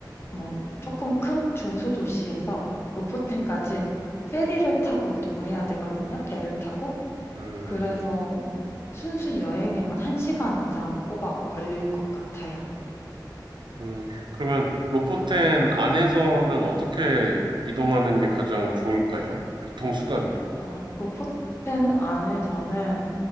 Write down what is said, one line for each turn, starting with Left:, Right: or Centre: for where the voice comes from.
Left: 뭐 조금 큰 중소도시에서 로포텐까지 페리를 타고 이동을 해야 되거든요. 배를 타고.
Right: 음.
Left: 그래서 뭐 순수 여행에만 1시간 이상 꼬박 걸릴 것 같아요.
Right: 음. 그러면 로포텐 안에서는 어떻게 이동하는 게 가장 좋을까요? 교통수단이요.
Left: 아, 로포텐 안에서는